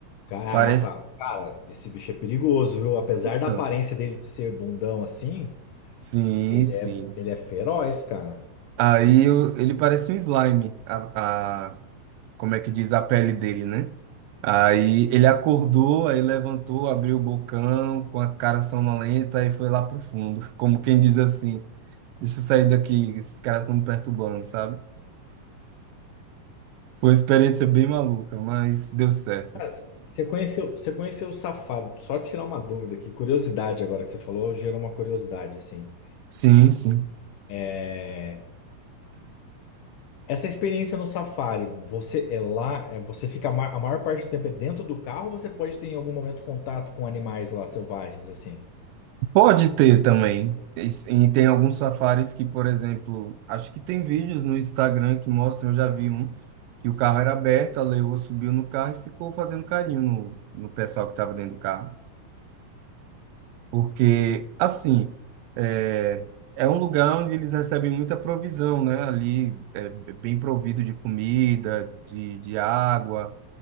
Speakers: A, on the left (about 75°); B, on the right (about 85°).
A: Ah,
B: Parece.
A: tá. Cara, esse bicho é perigoso, viu? Apesar da
B: não.
A: aparência dele de ser bundão assim,
B: Sim,
A: ele
B: sim.
A: é, ele é feroz, cara.
B: Aí eu- ele parece um slime, a, a- como é que diz a pele dele, né? Aí ele acordou, aí levantou, abriu o bocão com a cara sonolenta e foi lá pro fundo, <laughs> como quem diz assim: deixa eu sair daqui, esses caras estão me perturbando, sabe? Foi uma experiência bem maluca, mas deu certo.
A: Cara, c- você conheceu, você conheceu o safari? Só tirar uma dúvida aqui, curiosidade agora que você falou, gerou uma curiosidade assim.
B: Sim, sim.
A: É, Essa experiência no Safari, você é lá, é, você fica ma- a maior parte do tempo é dentro do carro, ou você pode ter em algum momento contato com animais lá selvagens assim?
B: Pode ter também. E tem alguns safaris que, por exemplo, acho que tem vídeos no Instagram que mostram, eu já vi um, que o carro era aberto, a leoa subiu no carro e ficou fazendo carinho no, no pessoal que estava dentro do carro. Porque, assim, é, é um lugar onde eles recebem muita provisão, né? Ali é bem provido de comida, de, de água,